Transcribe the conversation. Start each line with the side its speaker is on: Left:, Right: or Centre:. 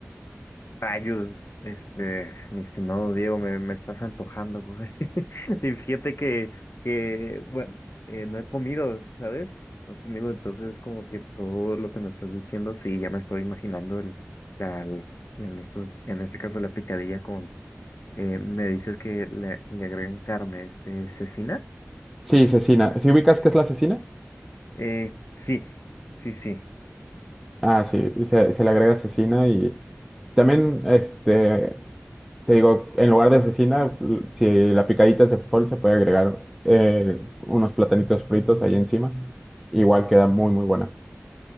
Left: Rayos, este, mi estimado Diego, me, me estás antojando, güey. <laughs> Y fíjate que, que bueno, eh, no he comido, ¿sabes? No he comido, entonces como que todo lo que me estás diciendo, sí, ya me estoy imaginando el, la- el- en esto, en este caso la picadilla con, eh, me dices que le, le agregan carne, este, cecina.
Centre: Sí, cecina. ¿Si ubicas qué es la cecina?
Left: Eh, sí, sí, sí.
Centre: Ah, sí, se, se le agrega cecina y también este. Te digo, en lugar de cecina, l- si la picadita es de frijol, se puede agregar eh, unos platanitos fritos ahí encima. Igual queda muy, muy buena.